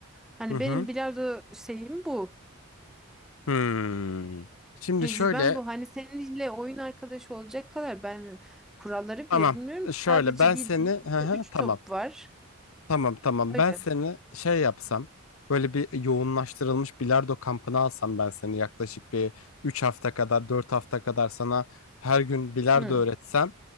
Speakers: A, in the centre; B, on the left.
A: Hani
B: Hı hı.
A: benim bilardo şeyim bu.
B: Hmm. Şimdi
A: Tecrübem
B: şöyle
A: bu. Hani seninle oyun arkadaşı olacak kadar ben kuralları
B: tamam.
A: bile bilmiyorum ki.
B: Şöyle
A: Sadece
B: ben
A: bildiğim
B: seni hı
A: işte
B: hı,
A: 3
B: tamam.
A: top var.
B: Tamam tamam
A: Öyle.
B: ben seni şey yapsam böyle bir yoğunlaştırılmış bilardo kampına alsam ben seni yaklaşık bir 3 hafta kadar 4 hafta kadar sana her gün bilardo
A: Hı.
B: öğretsem